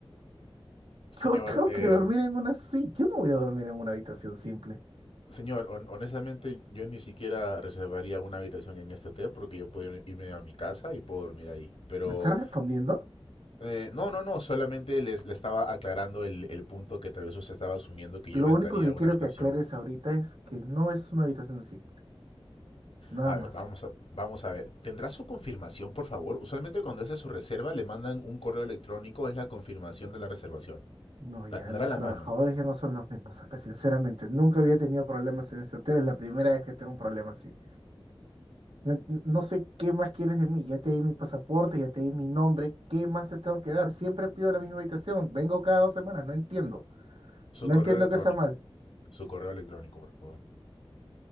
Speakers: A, on the right (about 80°); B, on the left (about 75°).
A: Yo
B: Señor,
A: tengo
B: eh,
A: que dormir en una suite. Yo no voy a dormir en una habitación simple.
B: señor, hon- honestamente yo ni siquiera reservaría una habitación en este hotel porque yo puedo ir- irme a mi casa y puedo dormir ahí. Pero...
A: ¿Me estás respondiendo?
B: eh, no, no, no, solamente les, le estaba aclarando el, el punto que tal vez usted estaba asumiendo que
A: Lo
B: yo rentaría
A: único que
B: una
A: quiero
B: habitación.
A: que aclares ahorita es que no es una habitación simple. Nada
B: A
A: más.
B: ver, vamos a, vamos a ver. ¿Tendrá su confirmación, por favor? Usualmente cuando hace su reserva le mandan un correo electrónico, es la confirmación de la reservación.
A: No, ya
B: La tendrá
A: los
B: a la
A: trabajadores
B: mano.
A: ya no son los mismos acá, sinceramente. Nunca había tenido problemas en este hotel. Es la primera vez que tengo un problema así. No, no sé qué más quieres de mí. Ya te di mi pasaporte, ya te di mi nombre. ¿Qué más te tengo que dar? Siempre pido la misma habitación. Vengo cada dos semanas. No entiendo.
B: Su
A: No
B: correo
A: entiendo
B: electrónico.
A: qué está mal.
B: Su correo electrónico, por favor.